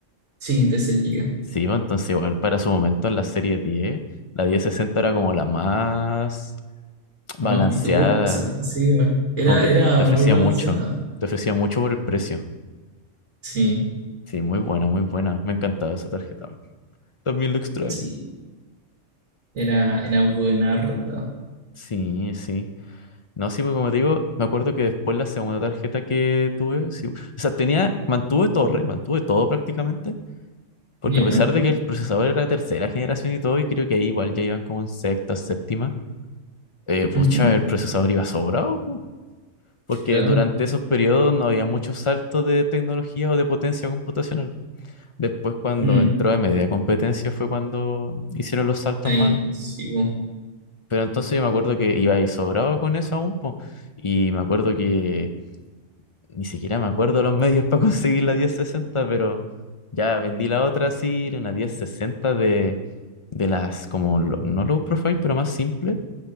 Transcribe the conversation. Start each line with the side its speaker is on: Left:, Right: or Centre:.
Right: sí, de 6
Left: Sí, bueno, entonces igual para su momento en la serie 10 la 1060 era como la más balanceada,
Right: Jamás pituca, o sea, sí, güey. Era,
Left: como que
Right: era
Left: te, te ofrecía
Right: muy balanceada.
Left: mucho, te ofrecía mucho por el precio.
Right: Sí,
Left: Sí, muy buena, muy buena, me encantaba esa tarjeta. También lo extraño.
Right: sí. Era, era buenarda.
Left: Sí, sí. No, sí, porque como te digo, me acuerdo que después la segunda tarjeta que tuve, sí, o sea, tenía, mantuve torre, mantuve todo prácticamente, Porque
Right: ¿Ya?
Left: a pesar de que el procesador era tercera generación y todo, y creo que ahí igual ya iban como en sexta, séptima, eh, pucha,
Right: ujú,
Left: el procesador iba sobrado, po, porque
Right: Claro.
Left: durante esos periodos no había muchos saltos de tecnología o de potencia computacional. Después cuando
Right: Mm,
Left: entró AMD a competencia fue cuando hicieron los saltos
Right: Ahí
Left: más.
Right: sigo.
Left: Pero entonces yo me acuerdo que iba ahí sobrado con eso aún, po, y me acuerdo que ni siquiera me acuerdo los medios <laughs> para conseguir la diez sesenta pero ya vendí la otra así, era una diez sesenta de, de las como, lo- no low profile, pero más simple,